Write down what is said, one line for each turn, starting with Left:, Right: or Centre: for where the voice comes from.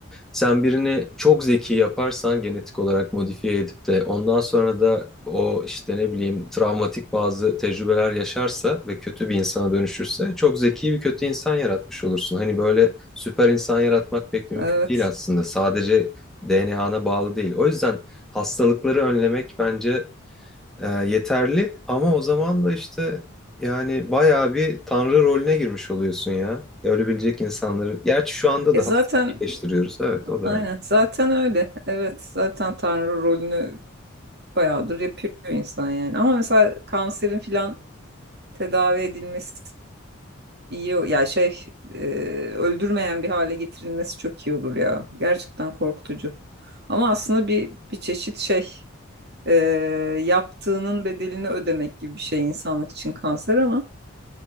Centre: Sen birini çok zeki yaparsan genetik olarak modifiye edip de ondan sonra da o işte ne bileyim travmatik bazı tecrübeler yaşarsa ve kötü bir insana dönüşürse çok zeki bir kötü insan yaratmış olursun. Hani böyle süper insan yaratmak pek mümkün
Right: Evet.
Centre: değil aslında. Sadece DNA'na bağlı değil. O yüzden hastalıkları önlemek bence e, yeterli ama o zaman da işte yani bayağı bir tanrı rolüne girmiş oluyorsun ya. Ölebilecek insanları. Gerçi şu anda
Right: E
Centre: da
Right: zaten
Centre: hastalık iyileştiriyoruz. Evet o da
Right: aynen zaten öyle. Evet zaten Tanrı rolünü bayağıdır yapıyor insan yani. Ama mesela kanserin filan tedavi edilmesi iyi. o- Ya şey e, öldürmeyen bir hale getirilmesi çok iyi olur ya. Gerçekten korkutucu. Ama aslında bir bir çeşit şey e, yaptığının bedelini ödemek gibi bir şey insanlık için kanser ama